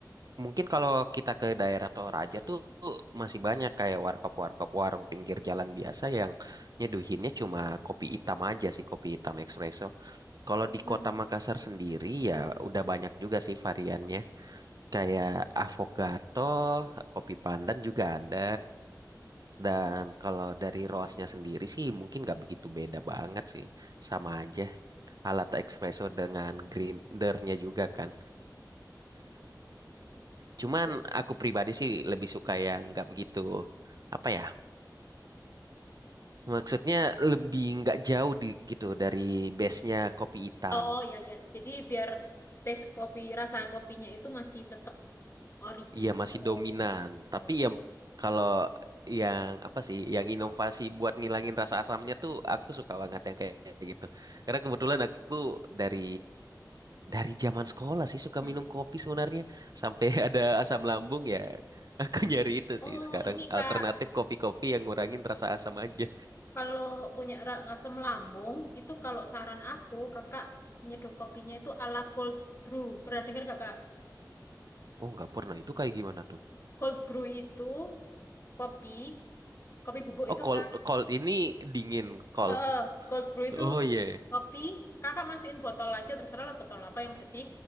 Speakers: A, on the right; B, on the left.
A: Mungkin kalau kita ke daerah Toraja tuh tuh masih banyak kayak warkop-warkop warung pinggir jalan biasa yang nyeduhinnya cuma kopi hitam aja sih, kopi hitam espresso. Kalau
B: Hmm.
A: di kota Makassar sendiri ya udah banyak juga sih variannya. Kayak avokato, kopi pandan juga ada. Dan kalau dari roasnya sendiri sih mungkin nggak begitu beda banget sih. Sama aja, alat espresso dengan grindernya juga kan. Cuman
B: Iya.
A: aku pribadi sih lebih suka yang nggak begitu apa ya? Maksudnya lebih nggak jauh di, gitu dari base-nya kopi hitam.
B: Oh ya ya. Jadi biar taste kopi rasa kopinya itu masih tetap original.
A: Iya masih dominan, tapi
B: Jadi,
A: ya kalau yang apa sih, yang inovasi buat ngilangin rasa asamnya tuh aku suka banget yang kayak gitu. Karena kebetulan aku dari dari zaman sekolah sih suka
B: hmm.
A: minum kopi sebenarnya sampai <laughs> ada asam lambung ya. Aku nyari itu
B: Oh
A: sih sekarang
B: ini Kak,
A: alternatif kopi-kopi yang ngurangin rasa asam aja.
B: kalau punya ra- asam lambung itu kalau saran aku Kakak nyeduh kopinya itu ala cold brew. Pernah dengar nggak Kak?
A: Oh, nggak pernah. Itu kayak gimana tuh?
B: Cold brew itu kopi, kopi bubuk itu
A: Oh, cold,
B: Kak.
A: cold ini dingin, cold.
B: Eh, cold brew itu
A: Oh iya.
B: kopi. Kakak masukin botol aja terserah lah botol apa yang bersih.